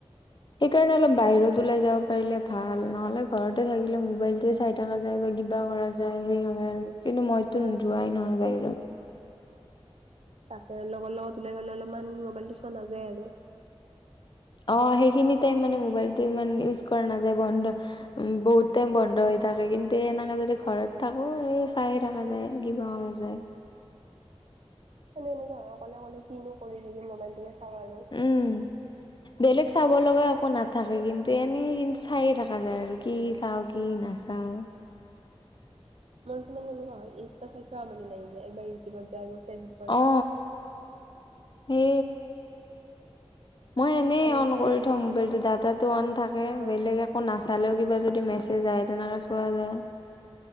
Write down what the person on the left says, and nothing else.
সেইকাৰণে অলপ বাহিৰত ওলাই যাব পাৰিলে ভাল নহলে ঘৰতে থাকিলে মোবাইলটোচ চাই থকা যায় বা কিবা কৰা যায় সেই হয় আৰু কিন্তু মইতো
যোৱাই নহয় বাহিৰত।
অ সেইখিনি টাইম মানে মোবাইলটো ইমান ইউজ কৰা নাযায় বন্ধ উম বহুত টাইম বন্ধ হৈ থাকে কিন্তু এনেকা যদি ঘৰত থাকো এ চাই থাকা যায় কিবা কৰা যায়।
উম। বেলেগ চাব লগা একো নাথাকে কিন্তু এনেই কিন্তু চায়ে থাকা যায় আৰু কি চাও কি নাচাও
অ সে। মই এনেই
অন
কৰি
থওঁ
মোবাইলটো ডাটাটো অন থাকে
বেলেগ একো নাচ- চালেও কিবা যদি মেছেজ আহে তেনেকা চোৱা যায়।